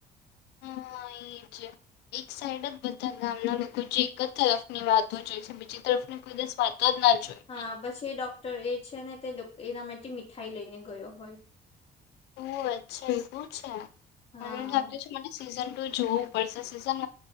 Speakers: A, on the left; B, on the left.
A: હા એજ એક સાઈડ જ બધા ગામના લોકો જે એક જ તરફની વાતો જોઈ બીજી તરફને કોઈ <inaudible> જોઈ.
B: હા પછી ડોક્ટર એ છે ને તે એના માટે મીઠાઈ લઈને ગયો હોય
A: ઓહ! અચ્છા એવું છે
B: હા
A: મને લાગે છે મને સીઝન ટુ જોવું પડશે સીઝ